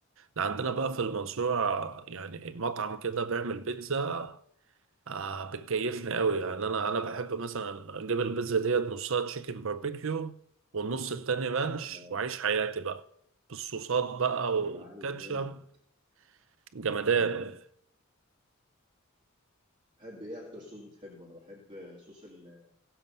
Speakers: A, on the right; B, on the right.
A: ده عندنا بقى في المنصوره يعني مطعم كده بيعمل بيتزا آه بتكيفني قوي يعني انا انا بحب مثلا اجيب البيتزا ديت نصها تشيكن باربيكيو والنص التاني رانش
B: آه،
A: واعيش حياتي بقى بالصوصات بقى والكاتشب
B: يا معلم
A: جمدان
B: مم. تحب ايه اكتر صوص بتحبه انا بحب صوص ال-